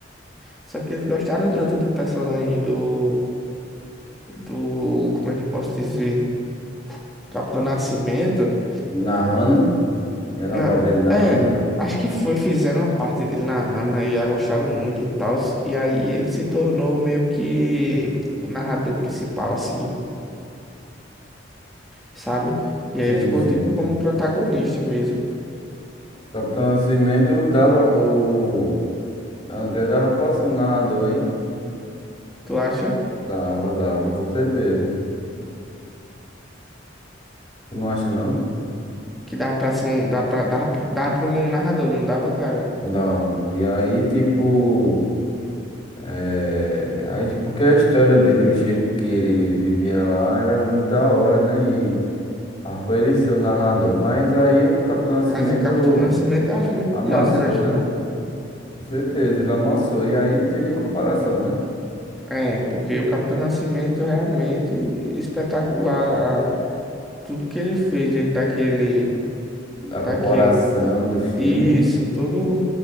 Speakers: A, in the centre; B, on the left.
A: Só que eles gostaram tanto do personagem do, do, como é que eu posso dizer? Capitão Nascimento?
B: Narrando? Já na
A: Não,
B: parte dele narrando,
A: é,
B: não.
A: acho que foi, fizeram uma parte dele narrando aí, ah, gostaram muito e tal. E aí ele se tornou meio que o narrador principal, assim, sabe? E
B: Sim,
A: aí ficou
B: sim.
A: tipo como protagonista mesmo.
B: Capitão Nascimento dava. O André dava pra ser um narrador, hein?
A: Tu acha
B: Dava, dava, com certeza. Tu não acha, não?
A: que dá pra ser um. Dá pra, dá, dá pra um narrador, não dava, cara?
B: Dava. E aí, tipo. É... aí, Porque a história dele, o jeito que ele vivia lá, era muito da hora, né? E dava pra ele ser o narrador. Mas aí o Capitão Nascimento
A: Mas o Capitão Nascimento eu acho muito
B: amassou,
A: melhor, você não acha,
B: né?
A: não?
B: Com certeza, ele amassou. E aí não tem nem comparação, né?
A: É, porque o Capitão Nascimento realmente espetacular. a- tudo que ele fez dentro daquele,
B: A
A: daquele
B: comparação do filme,
A: E isso tudo